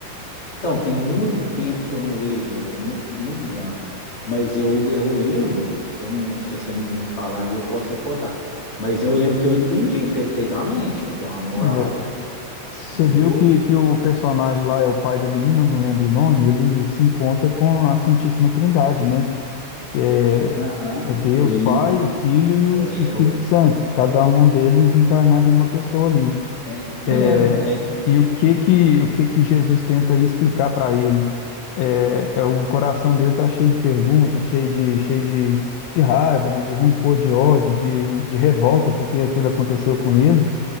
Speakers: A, on the left; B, on the left.
A: Então, tem muito tempo que eu não vejo ele, tem mu- muitos anos. Mas eu, eu lembro, eu não, se você me falar aí, eu posso recordar. Mas eu lembro que eu entendi perfeitamente. Tem uma moral
B: É, Você
A: muito.
B: viu que, que o personagem lá é o pai da menina, eu não lembro o nome, ele se encontra com a Santíssima Trindade, né? Que é,
A: Aham.
B: é Deus,
A: E
B: Pai, Filho e o
A: é,
B: Es- Espírito
A: ué,
B: Santo, cada um deles encarnado em uma pessoa ali.
A: é isso
B: É,
A: mesmo. É,
B: e o que que o que que Jesus tenta aí explicar para ele? É, é, o coração dele tá cheio de perguntas, cheio de cheio de, de raiva, né? De rancor, de ódio, de, de revolta porque aquilo aconteceu com ele.